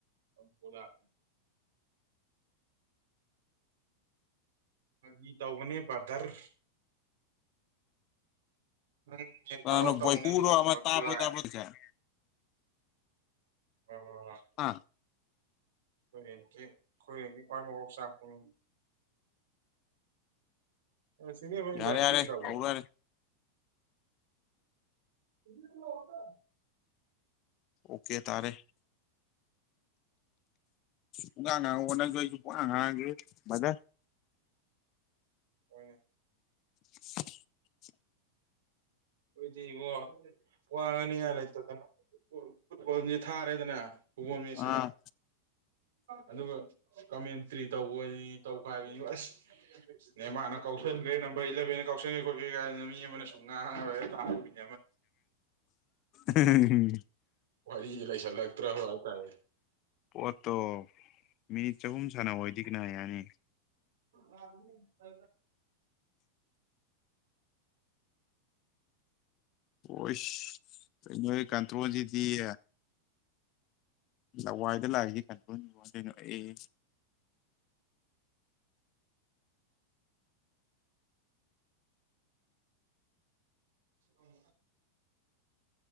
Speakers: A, on the right; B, on the left.
A: ꯀꯣ ꯂꯥꯛ ꯐꯒꯤ ꯇꯧꯕꯅꯦ ꯕꯗꯔ ꯅꯪ ꯌꯦ
B: ꯀꯅꯥꯅꯣ
A: ꯇꯥꯔꯣ ꯇꯧꯅꯦꯍꯌꯦꯡ
B: ꯕꯣꯏꯄꯨꯔꯣ ꯑꯃ
A: ꯪꯁꯨ
B: ꯇꯥꯕ꯭ꯔꯣ
A: ꯂꯥꯏ
B: ꯇꯥꯕ꯭ꯔꯣ ꯇꯧꯏꯁꯦ
A: ꯑꯣ
B: ꯑꯥ
A: ꯍꯨꯏꯔꯦꯟꯦ ꯀꯨꯏꯔꯦꯟꯦ ꯀ꯭ꯋꯥꯏ ꯃꯀꯣꯛ ꯆꯥꯛꯄꯅꯤ ꯁꯤꯅꯦꯕꯕꯥꯠꯤꯗ꯭ꯔꯕꯣ
B: ꯌꯥꯔꯦ ꯌꯥꯔꯦ ꯇꯧꯔꯣ ꯌꯥꯔꯦ
A: ꯏ
B: ꯑꯣꯀꯦ ꯇꯥꯔꯦ ꯄꯨꯡꯀꯥꯡ ꯍꯥꯡꯉꯒ ꯍꯣꯠꯅꯖ ꯑꯩꯁꯨ ꯄꯨꯡꯉꯥꯡ ꯍꯥꯡꯉꯒꯦ ꯃꯖꯔ
A: ꯑꯣꯏꯅꯦ
B: <inaudible>
A: ꯑꯈꯣꯏꯗꯤ ꯏꯕꯣ ꯋꯥꯉꯅꯤꯉꯥꯏ ꯂꯩꯇꯗꯅ ꯐꯨꯠꯕꯣꯜꯁꯦ ꯊꯥꯔꯦꯗꯅ ꯄꯕ ꯃꯦꯁꯌꯥ
B: ꯑꯥ
A: ꯑꯗꯨꯒ ꯀꯃꯦꯟꯇ꯭ꯔꯤ ꯇꯧꯕꯅꯤ ꯇꯧꯈꯥꯏ ꯍꯥꯏꯕꯅꯤ ꯑꯁ ꯅꯦꯃꯥꯔꯅ ꯀꯥꯎꯁꯟꯈ꯭ꯔꯦ ꯅꯝꯕꯔ ꯏꯂꯚꯦꯟ ꯀꯥꯎꯁꯟꯈ꯭ꯔꯦ ꯈꯣꯠꯀ꯭ꯔꯦ ꯀꯥꯏꯗꯅ ꯃꯤ ꯑꯃꯅ ꯁꯨꯝ ꯉꯥꯡꯉꯒ
B: ꯝ
A: ꯋꯥꯔꯤꯁꯤꯦ ꯂꯩꯁꯜꯂꯛꯇ꯭ꯔ ꯍꯥꯏꯇꯥꯔꯦ
B: ꯄꯣꯠꯇꯣ ꯃꯤꯅꯤꯠ ꯆꯍꯨꯝ ꯁꯥꯟꯅꯕꯋꯥꯣꯏꯗꯤ ꯀꯅ ꯌꯥꯅꯤ
A: ꯑ ꯑꯗꯨ ꯀ
B: ꯍꯣꯏ ꯅꯣꯏ ꯀꯟꯇ꯭ꯔꯣꯁꯤꯗꯤꯌꯦ ꯂꯋꯥꯏꯗ ꯂꯥꯛꯏꯁꯦ ꯀꯟꯗꯗꯣꯏꯅꯣ ꯑꯦ
A: ꯎꯝ